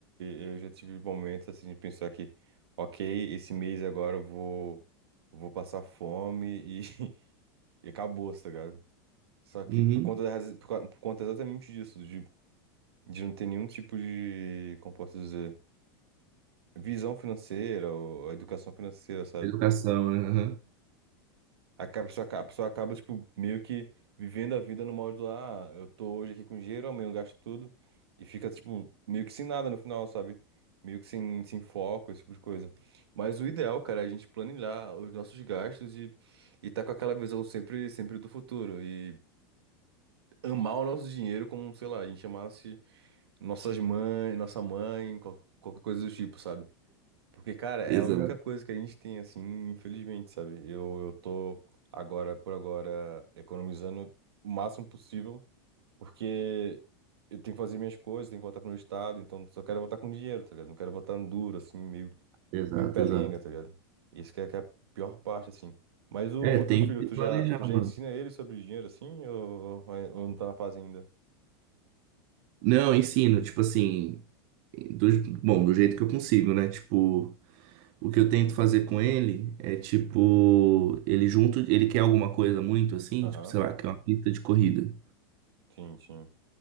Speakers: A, on the right; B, on the right.
A: eu já tive momentos assim de pensar que, ok, esse mês agora eu vou, vou passar fome e, <laughs> e acabou, tá ligado? Só que
B: Uhum.
A: por conta, da raz- por, ca- por conta exatamente disso, de, de não ter nenhum tipo de, como posso dizer, visão financeira ou educação financeira, sabe?
B: Educação, né? Aham.
A: Acaba, a pessoa acaba, a pessoa acaba, tipo, meio que vivendo a vida no modo, ah, eu tô hoje aqui com dinheiro, amanhã eu gasto tudo, e fica, tipo, meio que sem nada no final, sabe? Meio que sem, sem foco, esse tipo de coisa. Mas o ideal, cara, é a gente planejar os nossos gastos e, e tá com aquela visão sempre, sempre do futuro. E amar o nosso dinheiro como, sei lá, a gente amasse nossas mães, nossa mãe, qual- qualquer coisa do tipo, sabe? Porque, cara, é
B: Exato,
A: a única coisa que a gente tem, assim, infelizmente, sabe? Eu, eu tô agora, por agora, economizando o máximo possível, porque eu tenho que fazer minhas coisas, tenho que voltar pro meu estado, então só quero voltar com dinheiro, tá ligado? Não quero voltar duro, assim, meio,
B: exato,
A: meio pelenga,
B: exato.
A: tá ligado? Isso que é, que é a pior parte, assim. Mas o,
B: É,
A: o
B: tem
A: teu filho,
B: que se
A: tu
B: planejar,
A: já, tu já
B: mano.
A: ensina ele sobre dinheiro, assim, ou, ou não tá na fase ainda?
B: Não, ensino, tipo assim, do, bom, do jeito que eu consigo, né? Tipo, o que eu tento fazer com ele é tipo, ele junto, ele quer alguma coisa muito assim,
A: Aham,
B: tipo, sei lá, quer uma pista de corrida.
A: Sim, sim.